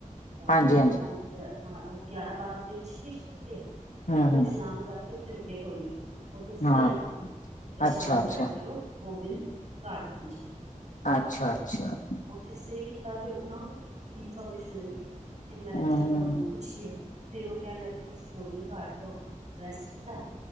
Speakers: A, on the right; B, on the left.
A: ਅਹ
B: ਹਾਂਜੀ
A: ਚਾਰ
B: ਹਾਂਜੀ
A: ਪੰਜ ਹਾਂ ਉਹ ਗਿਆਰਾਂ ਬਾਰਾਂ ਵਜੇ ਕੁਸ਼ੀਕੇਸ਼ ਪੁੱਜ ਗਏ, ਉੱਥੋਂ
B: ਹਮ ਹਮ
A: ਇਸ਼ਨਾਨ ਕਰਕੇ ਉੱਥੇ ਰੁਕੇ ਕੋਈ ਨੀ ਉਦੋਂ ਸਿੱਧਾ
B: ਹਾਂ
A: ਨਿਕਲ ਗਏ, ਤੇ
B: ਅੱਛਾ
A: ਸ਼ਾਮੀ
B: ਅੱਛਾ
A: ਜਾ ਕੇ ਉਹ ਗੋਬਿੰਦ ਘਾਟ ਪਹੁੰਚ ਗਏ।
B: ਅੱਛਾ -ਅੱਛਾ
A: ਇਸ ਤੇ ਏ ਕੀਤਾ ਉਹਨਾਂ ਤੋਂ ਵੀ ਮੈਂ ਪੂਰੀ ਇਨਫੋਰਮੇ ਲੈ ਲੀ, ਫਿਰ ਮੈਂ ਕਿਹਾ,
B: ਹੂੰ-ਹੂੰ-ਹੂੰ
A: ਚਲੋ ਤੁਹਾਨੂੰ ਪੁੱਛੀਏ ਫਿਰ ਉਹ ਕਹਿਣ ਲੱਗੀ, ਕਿ ਅਸੀਂ ਗੋਬਿੰਦ ਘਾਟ ਤੋਂ ਰੈਸਟ ਕੀਤਾ।